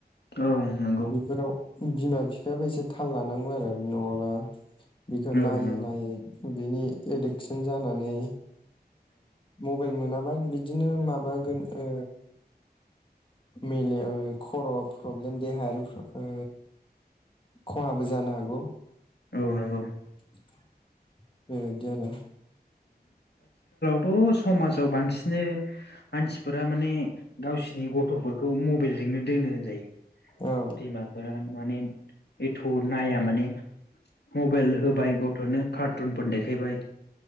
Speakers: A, on the left; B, on the left.
A: औ नोंगौ
B: बेफोराव बिमा बिफायाबो एसे थाल लानांगौ आरो। नङाबा बेखौ
A: औ
B: नायै
A: नंगौ
B: नायै बिनि एडिकसन जानानै मबेल मोना <unintelligible> बिदिनो माबागोन ओ मेलेम खर' प्रब्लेम देहायारि फ्र ओ खहाबो जानो हागौ।
A: औ नोंगौ
B: <inaudible> बे बायदि आरो
A: दस समाजाव बांसिनो <inaudible> मानसिफोरा माने गावसिनि गथ'फोरखौ मबेल जोंनो दोनो होनजायो
B: औ
A: बिमाफोरा माने एथ' नाया माने मबाइल होबाय गथ'नो कारटुनफोर देखायबाय